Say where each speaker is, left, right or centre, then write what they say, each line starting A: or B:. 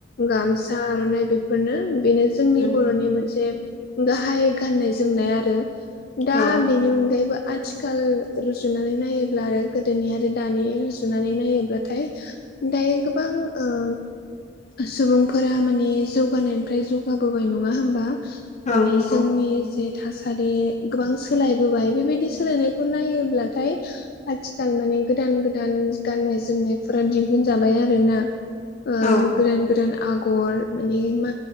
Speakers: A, on the left; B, on the left.
A: गामसा आर'नाइ बेफोरनो बेनो जोंनि
B: उम
A: बर'नि मोनसे गाहाय गाननाय जोमनाय आरो। दा
B: औ औ
A: बेनि अनगायैबो आथिखाल रुजुनानै नायोब्ला आरो गोदोनि आरो दानि रुजुनानै नायोब्लाथाय दायो गोबां ओ सुबुंफोरा माने जौगानायनिफ्राय जौगाबोबाय नङा होमबा?
B: नंगौ
A: माने जोंनि जे थासारि गोबां सोलायबोबाय बेबायदि सोलायनायखौ नायोब्लाथाय आथिखाल माने गोदान गोदान गाननाय जोमनायफोरा दिहुनजाबाय आरो ना। ओ
B: औ
A: गोदान गोदान आगर माने मा